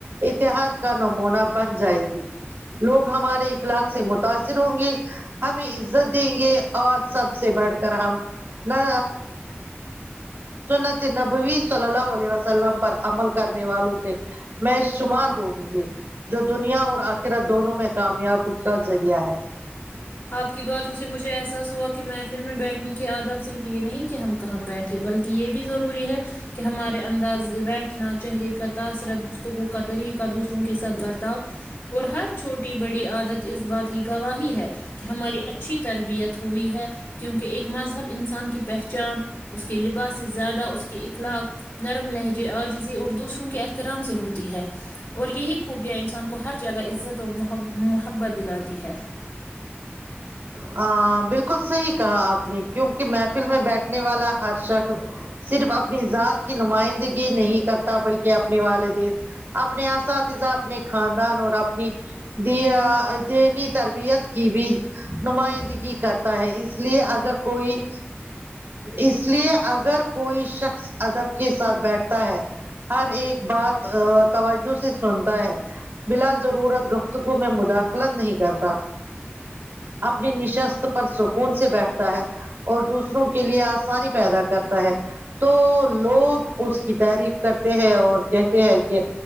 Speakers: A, on the right (about 60°); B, on the left (about 80°).
A: اتحاد کا نمونہ بن جائے گی لوگ ہمارے اخلاق سے متاثر ہوں گے ہمیں عزت دیں گے اور سب سے بڑھ کر ہم نہ سنتی نبوی صلی اللہ علیہ وسام پر عمل والوں د <inaudible> میں شمار ہووں گے جو دنیا اور آخرہ دونوں میں کامیاب کا ریہ ہے <unintelligible>
B: آپ کی باتوں سے مجھے احساس ہوا کہ محفل میں بیٹھنے کی آداب صرف یہ نہیں کہ ہم کو کہ ہم بیٹھے بلکہ یہ بھی ضروری ہے کہ ہمارے انداز سے بیٹھنا چہرے کا تاثرت گفتگو کا طریقہ دوسروں کے ساتھ ب اور ہر چھوٹی بڑی عادت اس بات کی گواہی ہے کہ ہماری اچھی تربیت ہوئی ہے کیونکہ ایک مذہب انسان کی پہچان اس کے لباس سے زیادہ اس کے اخلاق نرم لہجے آج اور دوسروں کے احترام سے ہوتی ہے اور یہی خوبیاں انسان کو کو ہر جگہ عزت اور م محبت دلاتی ہے
A: ہاں بالکل صحیح کہا آپ نے کیونکہ محفل میں بیٹھ نے والا ہرشا ک صرف اپنی ذات کی نمائندگی نہیں کرتا بلکہ اپنے والدین اپنے آسااتذا اپنے خاندان اور اپنی دی دین تربیت کی بھی نمائندگی کرتا ہے اس لیے اگر کوئی اس لیے اگر کوئی شخص ادب کے ساتھ بیٹھتا ہے ہر ایک بات توجہ سے سنتا ہے بلا ضرورت گفتگو میں مداخلت نہیں کرتا اپنی نشست پر سکون سے بیٹھتے ہے اور دوسروں کے لیے آسانی پیدا کرتا ہے تو لوگ اس کی تعریف کرتے ہیں اور کہتے ہیں کہ